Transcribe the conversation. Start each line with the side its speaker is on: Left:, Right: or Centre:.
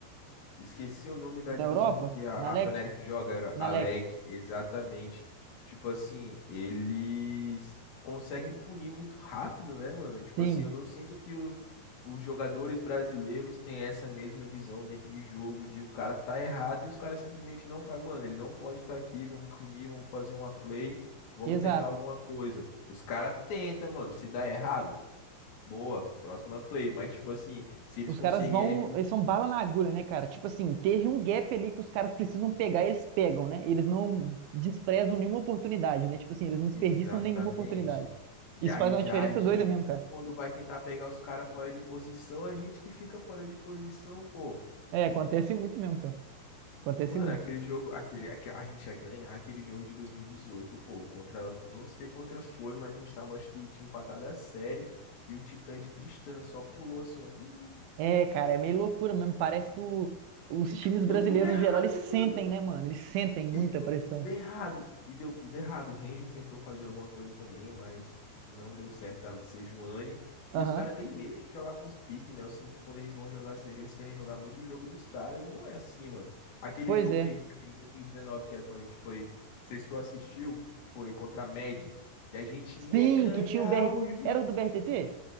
Left: Esqueci o nome da divisão
Right: Na Europa,
Left: que a,
Right: na
Left: a
Right: LEC,
Left: Fnatic joga, era
Right: na
Left: Alec,
Right: LEC.
Left: exatamente. Tipo assim, eles conseguem punir muito rápido, né, mano? Tipo
Right: Sim,
Left: assim, eu não sinto que o- os jogadores brasileiros têm essa mesma visão dentro de jogo, de o cara tá errado e os caras simplesmente não fazem, mano, ele não pode estar aqui, vamos punir, vamos fazer uma play, vamos
Right: exato.
Left: tentar alguma coisa. Os caras tentam, mano, se dá errado, boa, próxima play, mas tipo assim, se eles
Right: Os
Left: conseguirem.
Right: caras vão, eles são bala na agulha, né, cara? Tipo assim, teve um gap ali que os caras precisam pegar, e eles pegam, né? Eles não desprezam nenhuma oportunidade, né? Tipo assim, eles não
Left: Exatamente.
Right: desperdiçam nenhuma oportunidade.
Left: E
Right: Isso
Left: aí
Right: faz uma
Left: já
Right: diferença
Left: a gente,
Right: doida mesmo, cara.
Left: quando vai tentar pegar os caras fora de posição, a gente que fica fora de posição, pô.
Right: É, acontece muito mesmo, cara. Acontece
Left: Mano,
Right: muito.
Left: aquele jogo, aquele, aquele, a gente ia ganhar aquele jogo de 2018 pô, contra, eu não sei contra foi, mas a gente tava, acho que tinha empatado a série, e o Titã de Tristana só pulou assim, ó, uh,
Right: É, cara, é meio loucura mesmo. Parece que o- os
Left: e
Right: times
Left: tipo, deu
Right: brasileiros,
Left: tudo errado,
Right: no geral, eles sentem,
Left: mano.
Right: né, mano? Eles sentem muita
Left: E deu
Right: pressão.
Left: tudo errado. E deu tudo errado. O Ranger tentou fazer alguma coisa também, mas não deu certo. Tava de Sejuani.
Right: Aham.
Left: E os caras têm medo de jogar com os piques, né? Eu sinto que quando eles vão jogar estrangeiros, eles querem jogar muito o jogo dos caras. E não é assim, mano. Aquele
Right: Pois
Left: jogo
Right: é.
Left: que a gente, aquele 2019, que é quando a gente foi. Não sei se tu assistiu, foi contra a MED. Que a gente ia
Right: Sim,
Left: ganhar
Right: que tinha o BR...
Left: o jogo.
Right: Era o do BRTT?